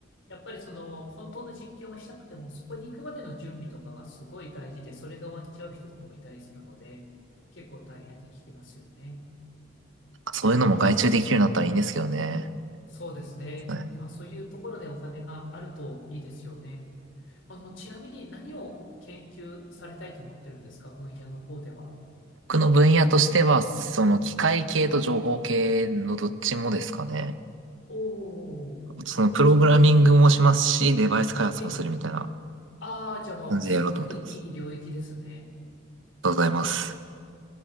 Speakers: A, on the left; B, on the right.
A: やっぱりその、本当の実験をしたくても、そこに行くまでの準備とかがすごい大事で、それが終わっちゃう人とかもいたりするので、結構大変って聞きますよね。
B: そういうのも外注できるようになったらいいんですけどね。
A: そうですね。
B: はい
A: 今、そういうところでお金があるといいですよね。あの、ちなみに何を研究されたいと思ってるんですか分野の方では。
B: 僕の分野としては、その機械系と情報系のどっちもですかね。
A: おー、
B: そのプログラミングもしますし、
A: あ、じゃあ、
B: デバイス開発もするみたいな
A: ええああ、じゃあもう、
B: 感じでやろうと思ってます。
A: すごくいい領域ですね。
B: ありがとうございます。